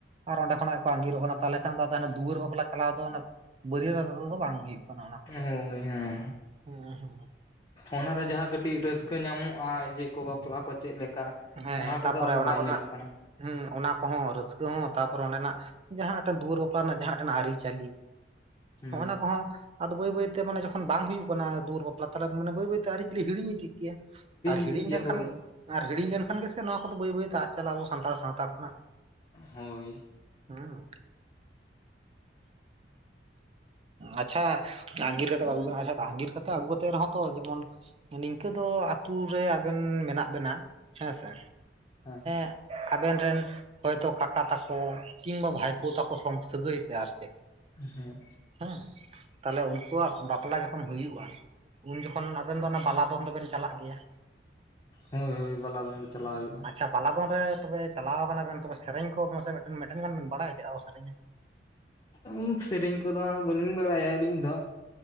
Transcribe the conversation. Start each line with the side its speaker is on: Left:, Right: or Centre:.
Right: ᱟᱨ ᱚᱸᱰᱮ ᱠᱷᱚᱱᱟᱜ ᱜᱮᱠᱚ ᱟᱸᱜᱤᱨᱚᱜ ᱠᱟᱱᱟ ᱛᱟᱦᱚᱞᱮ ᱠᱷᱟᱱ ᱫᱚ ᱟᱫᱚ ᱦᱟᱱᱮ ᱫᱩᱣᱟᱹᱨ ᱵᱟᱯᱞᱟ ᱪᱟᱞᱟᱣ ᱫᱚ ᱚᱱᱟ ᱵᱟᱹᱨᱭᱟᱹᱛ ᱟᱛᱮ ᱛᱮᱫᱚ ᱵᱟᱝ ᱦᱩᱭᱩᱜ ᱠᱟᱱᱟ ᱚᱱᱟ ᱠᱚᱫᱚ᱾
Left: ᱦᱳᱭ ᱦᱮᱸ
Right: ᱦᱩᱸ ᱦᱩᱸ᱾
Left: ᱚᱱᱟᱨᱮ ᱡᱟᱦᱟᱸ ᱠᱟᱹᱴᱤᱡ ᱨᱟᱹᱥᱠᱟᱹ ᱧᱟᱢᱚᱜᱼᱟ ᱡᱮ ᱠᱚ ᱵᱟᱯᱞᱟ ᱠᱚ ᱪᱮᱫ ᱞᱮᱠᱟ,
Right: ᱦᱮᱸ ᱦᱮᱸ
Left: ᱚᱱᱟ ᱠᱚᱫᱚ
Right: ᱛᱟᱯᱚᱨᱮ
Left: ᱟᱫᱚ
Right: ᱚᱱᱟ
Left: ᱵᱟᱭ
Right: ᱠᱚᱨᱮᱱᱟᱜ
Left: ᱧᱮᱞᱚᱜ ᱠᱟᱱᱟ᱾
Right: ᱦᱮᱸ ᱚᱱᱟ ᱠᱚᱦᱚᱸ ᱨᱟᱹᱥᱠᱟᱹ ᱦᱚᱸ ᱛᱟᱯᱚᱨᱮ ᱚᱸᱰᱮᱱᱟᱜ ᱡᱟᱦᱟᱸᱴᱮᱱ ᱫᱩᱣᱟᱹᱨ ᱵᱟᱯᱞᱟ ᱨᱮᱱᱟᱜ ᱡᱟᱦᱟᱸ ᱴᱮᱱ ᱟᱹᱨᱤ-ᱪᱟᱹᱞᱤ
Left: ᱦᱩᱸ
Right: ᱦᱚᱸᱜ-ᱚᱱᱟ ᱠᱚᱦᱚᱸ ᱟᱫᱚ ᱵᱟᱹᱭ ᱵᱟᱹᱭᱛᱮ ᱢᱟᱱᱮ ᱡᱠᱷᱚᱱ ᱵᱟᱝ ᱦᱩᱭᱩᱜ ᱠᱟᱱᱟᱩᱣᱟᱹᱨ ᱵᱟᱞᱟ ᱛᱟᱞᱦᱮ ᱢᱟᱱᱮ ᱵᱟᱹᱭ ᱵᱟᱹᱭᱛᱮ ᱟᱹᱨᱤ-ᱪᱟᱞᱤ ᱦᱤᱲᱤᱧ ᱤᱫᱜ ᱜᱮᱭᱟ ᱟᱨ ᱦᱤᱲᱤᱧ
Left: ᱤᱫᱤᱜ ᱜᱮᱭᱟ
Right: ᱞᱮᱱ
Left: ᱦᱳᱭ
Right: ᱟᱨ ᱦᱤᱲᱧ ᱞᱮᱱᱠᱷᱟᱱ ᱜᱮᱥᱮ ᱱᱚᱣᱟ ᱠᱚᱫᱚ ᱵᱟᱹᱭ ᱵᱟᱹᱭᱛᱮ ᱟᱫᱽ ᱪᱟᱞᱟᱼᱟ ᱟᱵᱚ ᱥᱟᱱᱛᱟᱲ ᱥᱟᱶᱛᱟ ᱠᱷᱚᱱᱟᱜ
Left: ᱦᱳᱭ᱾
Right: ᱦᱩᱸ᱾ ᱟᱪᱪᱷᱟ ᱟᱸᱜᱤᱨ ᱠᱟᱛᱮ <unintelligible> ᱟᱸᱜᱤᱨ ᱠᱟᱛᱮ ᱟᱹᱜᱩ ᱠᱟᱛᱮ ᱨᱮᱦᱚᱸ ᱛᱚ ᱡᱮᱚᱱ ᱱᱤᱝᱠᱟᱹ ᱫᱚ ᱟᱹᱛᱩ ᱨᱮ ᱩᱸ ᱢᱮᱱᱟᱜ ᱵᱮᱱᱟ ᱦᱮᱸ ᱥᱮ
Left: ᱦᱮᱸ
Right: ᱾ ᱟᱵᱨᱱ ᱨᱮᱱ ᱦᱚᱭᱛᱳ ᱠᱟᱠᱟ ᱛᱟᱠᱚ ᱠᱤᱝᱵᱟ ᱵᱷᱟᱭᱯᱳ ᱛᱟᱠᱚ ᱥᱚᱢ ᱥᱟᱹᱜᱟᱹᱭ ᱛᱮ ᱟᱨ ᱪᱮᱫ᱾
Left: ᱦᱮᱸ᱾
Right: ᱦᱮᱸ ᱛᱟᱦᱞᱮ ᱩᱱᱠᱩᱣᱟᱜ ᱵᱟᱯᱞᱟ ᱡᱚᱠᱷᱚᱱ ᱦᱩᱭᱩᱜᱼᱟ᱾ ᱩᱱ ᱡᱚᱠᱷᱚᱱ ᱟᱵᱮᱱ ᱫᱚ ᱚᱱᱟ ᱵᱟᱞᱟ ᱫᱚᱚᱱ ᱫᱚᱵᱮᱱ ᱪᱟᱞᱟᱜ ᱜᱮᱭᱟ᱾
Left: ᱦᱳᱭ ᱦᱳᱭ ᱵᱟᱞᱟᱫᱢ ᱫᱚ ᱪᱟᱞᱟᱣ ᱦᱩᱭᱩᱜᱼᱟ᱾
Right: ᱟᱪᱪᱷᱟ ᱯᱟᱞᱟᱫᱚᱱ ᱨᱮ ᱛᱚᱵᱮ ᱪᱟᱞᱟᱣ ᱠᱟᱱᱟ ᱵᱮᱱ, ᱛᱚᱵᱮ ᱥᱮᱨᱮᱧ ᱠᱚ ᱢᱟᱥᱮ ᱢᱮᱜᱴᱟᱱ ᱵᱮᱱ ᱵᱟᱲᱭᱟ ᱪᱮᱜᱠᱟ ᱠᱚ ᱥᱮᱨᱮᱧᱟ᱾
Left: ᱩᱸ ᱥᱮᱨᱮᱧ ᱠᱚᱫᱚ ᱦᱟᱸᱜ ᱵᱟᱹᱞᱤᱧ ᱵᱟᱲᱟᱭᱟ ᱟᱹᱞᱤᱧ ᱫᱚ